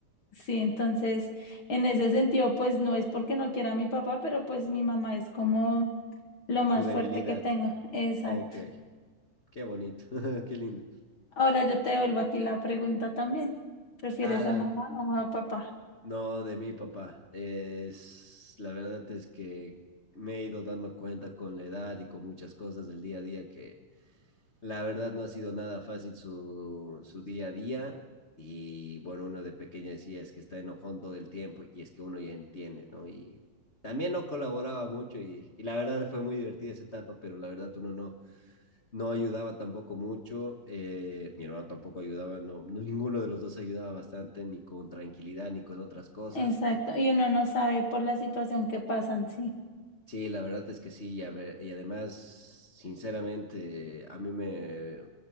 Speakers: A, on the left; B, on the left.
A: Sí, entonces, en ese sentido, pues no es porque no quiera a mi papá, pero pues mi mamá es como Lo más
B: Tu debilidad.
A: fuerte que tenga. Exacto.
B: Ok, qué bonito, <laughs> qué lindo.
A: Ahora yo te devuelvo a ti la pregunta también. ¿Prefieres
B: Ah, la,
A: a mamá o a papá?
B: No, de mi papá. Es, la verdad es que me he ido dando cuenta con la edad y con muchas cosas del día a día que la verdad no ha sido nada fácil su, su día a día. Y bueno, uno de pequeño decía es que está enojón todo el tiempo y es que uno ya entiende, ¿no? Y también no colaboraba mucho y, y la verdad fue muy divertida esa etapa, pero la verdad uno no, no ayudaba tampoco mucho. eh, mi hermano tampoco ayudaba, no, no, ninguno de los dos ayudaba bastante, ni con tranquilidad, ni con otras cosas.
A: Exacto. Y uno no sabe por la situación que pasan, sí.
B: Sí, la verdad es que sí, y, a ver- y además, sinceramente, a mí me